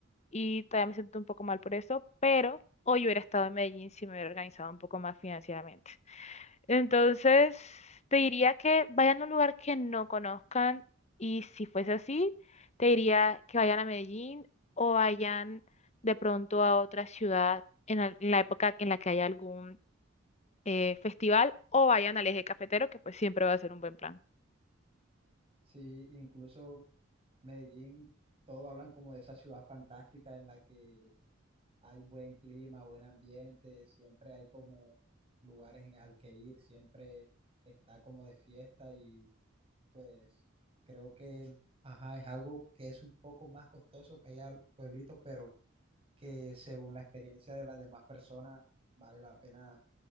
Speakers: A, on the left; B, on the right.
A: y todavía me siento un poco mal por eso, pero hoy hubiera estado en Medellín si me hubiera organizado un poco más financieramente. Entonces, te diría que vayan a un lugar que no conozcan y si fuese así, te diría que vayan a Medellín o vayan de pronto a otra ciudad en al- en la época en la que haya algún eh, festival o vayan al Eje Cafetero, que pues siempre va a ser un buen plan.
B: sí, incluso Medellín, todos hablan como de esa ciudad fantástica en la que hay buen clima, buen ambiente, siempre hay como lugares en, al que ir, siempre está como de fiesta y pues creo que, ajá, es algo que es un poco más costoso que allá en pueblitos, pero que según la experiencia de las demás personas vale la pena